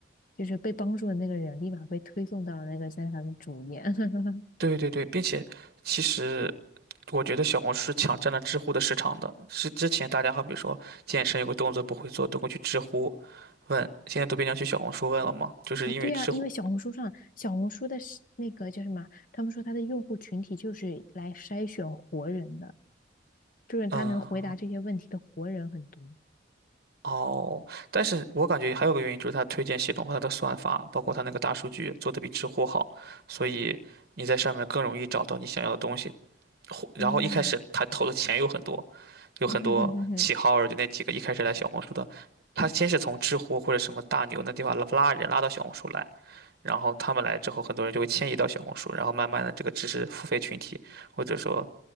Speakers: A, on the left; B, on the right.
A: 就是被帮助的那个人，立马被推送到那个在他的主页。<laughs>
B: 对对对，并且其实我觉得小红书是抢占了知乎的市场的。是之前大家好比说健身有个动作不会做，都会去知乎问，现在都变成去小红书问了嘛，就是因为知乎，
A: 啊，对啊，因为小红书上，小红书的是那个叫什么？他们说他的用户群体就是来筛选活人的，就是他能回答这些问题的活人很多。
B: 嗯。哦，但是我感觉还有个原因就是它推荐系统和它的算法，包括它那个大数据做的比知乎好，所以你在上面更容易找到你想要的东西。然后一开始他投的钱有很多，
A: 嗯，
B: 有很多起号儿，
A: <laughs>
B: 就那几个一开始来小红书的，他先是从知乎或者什么大牛那地方拉拉人拉到小红书来，然后他们来之后，很多人就会迁移到小红书，然后慢慢的这个知识付费群体或者说